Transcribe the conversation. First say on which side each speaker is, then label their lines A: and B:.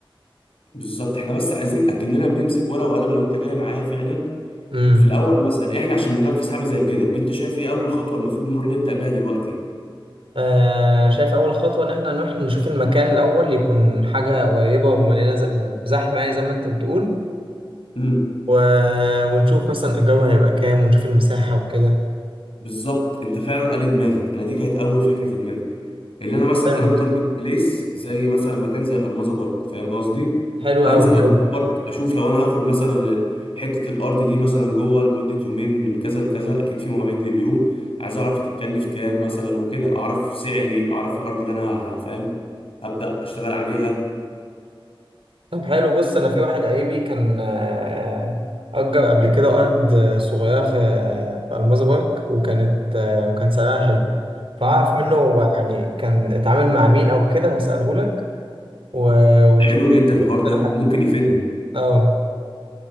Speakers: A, on the left; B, on the right.
A: بالظبط احنا بس عايزين اكننا بنمسك ورقه وقلم لو انت جاي معايا فعلا
B: امم.
A: في الاول مثلا احنا عشان ننفذ حاجه زي كده انت شايف ايه اول خطوه المفروض نروح نبدا بيها دلوقتي
B: آه شايف أول خطوة إن إحنا نروح نشوف المكان الأول يكون حاجة قريبة ومليانة ز- وزحمة يعني زي ما أنت بتقول
A: امم
B: و... ونشوف مثلا الجو هيبقى كام ونشوف المساحة وكده
A: بالظبط انت فعلا قاري دماغي انا دي كانت اول فكره في دماغي اللي انا مثلا
B: حلو
A: انا متارجت بليس زي مثلا مكان زي الماظة بارك فاهم قصدي
B: حلو أوي
A: انزل الماظة
B: أوي
A: بارك اشوف لو انا هاخد مثلا حته الارض دي مثلا جوه لمده يومين من كذا لكذا اكيد في مواعيد لليوم عايز اعرف هتتكلف كام مثلا وكده اعرف سعري اعرف الارض اللي انا ه- فاهم هبدا اشتغل عليها
B: طب حلو بص أنا في واحد قريبي كان آه أجر قبل كده أرض آه، صغيرة في في ألماظة بارك وكانت آه وكان سعرها حلو فأعرف منه هو يعني كان اتعامل مع مين أو كده وأسأله لك و... ونشوف
A: حلو جدا الحوار ده
B: كده حاجة
A: ممكن يفيدنا
B: أه